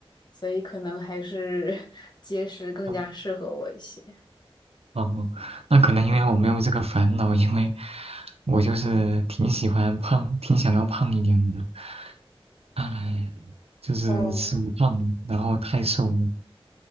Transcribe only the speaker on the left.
所以可能还是 <laughs> 节食更加适合我一些。
哦